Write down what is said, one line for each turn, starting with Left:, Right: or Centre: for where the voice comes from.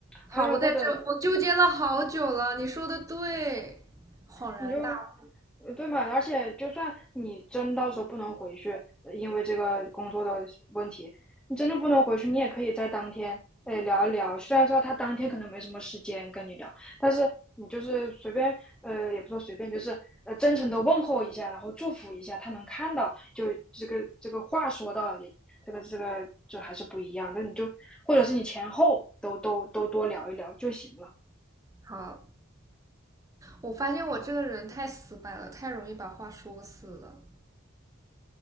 Right: 好，
Centre: 哎，
Right: 我在这，
Centre: 或者
Right: 我纠结了好久了。你说的对，恍然大悟。
Centre: 你就呃对嘛？而且就算你真到时候不能回去，呃因为这个工作的问题，你真的不能回去，你也可以在当天哎聊一聊。虽然说他当天可能没什么时间跟你聊，但是你就是随便呃，也不说随便，就是呃真诚的问候一下，然后祝福一下，他能看到，就这个这个话说到也。这个这个就还是不一样，那你就或者是你前后都都都多聊一聊就行了。
Right: 好，我发现我这个人太死板了，太容易把话说死了。